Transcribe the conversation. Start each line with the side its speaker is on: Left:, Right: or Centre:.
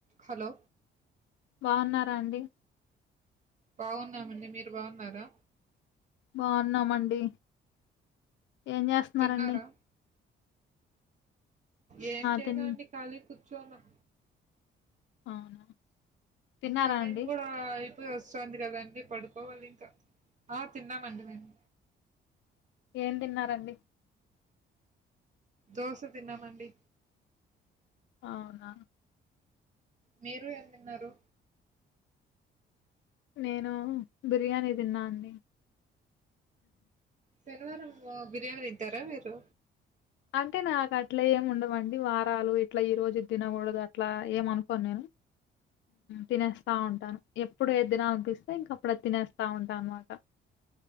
Right: Hello
Left: బాగున్నారా అండి
Right: బాగున్నామండి మీరు బాగున్నారా
Left: బాగున్నామండి ఏం చేస్తన్నారండి
Right: తిన్నారా ఏం చేయనండి
Left: తిన్
Right: ఖాళీగ కూర్చోన్నాం
Left: అవునా తిన్నారా
Right: సమయం
Left: అండి?
Right: కూడా అయిపొవస్తాంది కదండి పడుకోవాలి ఇంకా ఆ తిన్నామండి మేము
Left: ఏం తిన్నారండి
Right: దోశ తిన్నామండి
Left: అవునా
Right: మీరు ఎం తిన్నారు
Left: నేనా బిర్యానీ తిన్నా అండి
Right: శనివారం బిర్యానీ తింటారా మీరు
Left: అంటే నాకు అట్ల ఏమి ఉండవండి వారాలు ఇట్లా ఈ రోజు తినకూడదు అట్లా ఏమ అనుకోను నేను తినేస్తా ఉంటాను ఎ ఇప్పుడు ఎద్దిన అనిపిస్తే ఇంక అప్పుడ తినేస్తా ఉంటా అన్నమాట